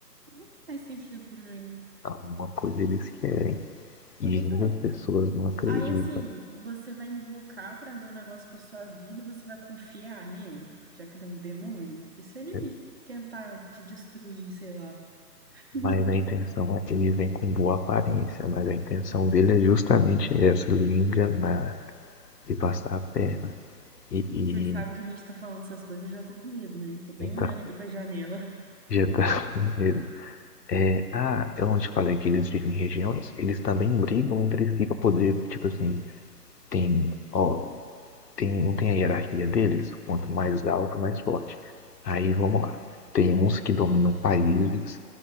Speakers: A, on the right; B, on the left.
A: não faz sentido pra mim.
B: Alguma coisa eles querem.
A: Pois
B: E muitas
A: é.
B: pessoas não acreditam.
A: Aí, assim, você vai invocar, trazer um negócio pra sua vida, e você vai confiar nele, já que ele é um demônio? E se ele
B: É
A: tentar te destruir, sei lá? <laughs>
B: Mas a intenção, é- ele vem com boa aparência, mas a intenção dele é justamente essa, lhe enganar e passar a perna. E, e
A: Você sabe que a gente tá falando essas coisas, eu já tô com medo, né? Tô bem
B: então,
A: olhando aqui pra janela.
B: já tá <laughs> com medo. É, ah, eu não te falei que eles vivem em regiões, eles também
A: <laughs>
B: brigam entre si para poder, tipo assim, tem, ó. Tem, não tem a hierarquia deles? Quanto mais
A: Sim.
B: alto, mais forte. Aí vamos lá. Tem uns que dominam países,